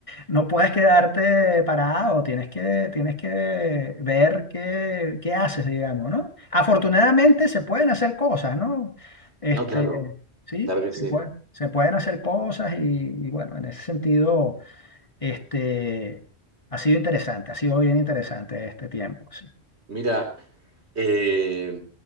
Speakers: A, on the left; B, on the right.
A: no puedes quedarte parado, tienes que, tienes que ver qué, qué haces, digamos, ¿no? Afortunadamente se pueden hacer cosas, ¿no? Este,
B: No, claro,
A: sí,
B: claro que
A: se
B: sí.
A: puede, se pueden hacer cosas y, y bueno, en ese sentido, este, ha sido interesante, ha sido bien interesante este tiempo, sí.
B: Mira, eh,